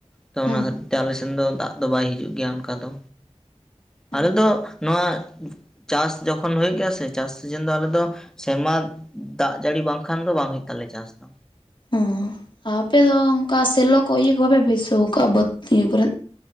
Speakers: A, in the centre; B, on the left.
A: ᱛᱚ ᱚᱱᱟ
B: ᱦᱚᱸ
A: ᱠᱷᱟᱨᱮ ᱛᱮ ᱟᱞᱮᱥᱱ ᱫᱚ ᱫᱟᱜ ᱫᱚ ᱵᱟᱭ ᱦᱤᱡᱩᱜ ᱜᱮᱭᱟ ᱚᱱᱠᱟ ᱫᱚ᱾
B: ᱦᱚᱸ
A: ᱟᱞᱮᱚ ᱫᱚ ᱱᱚᱣᱟ ᱪᱟᱥ ᱡᱚᱠᱷᱚᱱ ᱦᱤᱡᱩᱜ ᱜᱮᱭᱟ ᱥᱮ ᱪᱟᱥ ᱥᱤᱡᱮᱱ ᱫᱚ ᱟᱞᱮᱫᱚ ᱾ ᱥᱮᱨᱢᱟ ᱫᱟᱜ ᱡᱟᱹᱲᱤ ᱵᱟᱝᱠᱷᱟᱱ ᱫᱚ ᱵᱟᱝ ᱦᱩᱭᱩᱜ ᱛᱟᱞᱮᱭᱟ ᱪᱟᱥ ᱫᱚ᱾
B: ᱦᱩᱸ ᱟᱯᱮᱫᱚ ᱚᱱᱠᱟ ᱥᱮᱞᱚ ᱠᱚ ᱤᱭᱟᱹ ᱠᱚ ᱵᱟᱯᱮ ᱵᱟᱹᱭᱥᱟᱹᱣ ᱠᱟᱜᱼᱟ ᱵᱟᱹᱫᱽ ᱤᱭᱟᱹ ᱠᱚᱨᱮ?